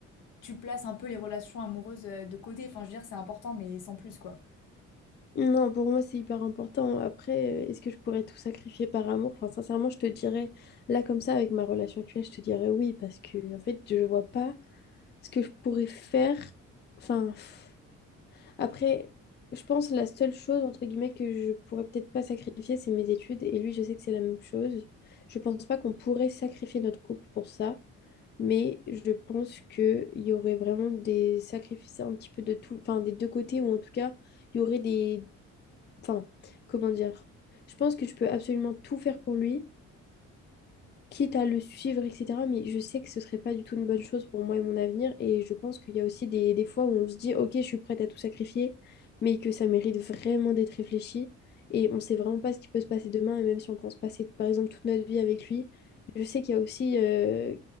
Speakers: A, on the left; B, on the left.
A: tu places un peu les relations amoureuses euh, de côté, enfin je veux dire c'est important mais sans plus quoi.
B: Non, pour moi, c'est hyper important. Après, euh, est-ce que je pourrais tout sacrifier par amour? Enfin, sincèrement, je te dirais, là, comme ça, avec ma relation actuelle, je te dirais oui, parce que, en fait, je vois pas ce que je pourrais faire. Enfin, pff. après, je pense la seule chose, entre guillemets, que je pourrais peut-être pas sacrifier, c'est mes études. Et lui, je sais que c'est la même chose. Je pense pas qu'on pourrait sacrifier notre couple pour ça, mais je pense qu'il y aurait vraiment des sacrifices un petit peu de tout, enfin, des deux côtés, ou en tout cas, il y aurait des Enfin, comment dire? Je pense que je peux absolument tout faire pour lui, quitte à le suivre, etc. Mais je sais que ce serait pas du tout une bonne chose pour moi et mon avenir. Et je pense qu'il y a aussi des, des fois où on se dit, ok, je suis prête à tout sacrifier, mais que ça mérite vraiment d'être réfléchi. Et on sait vraiment pas ce qui peut se passer demain. Et même si on pense passer, par exemple, toute notre vie avec lui, je sais qu'il y a aussi. euh,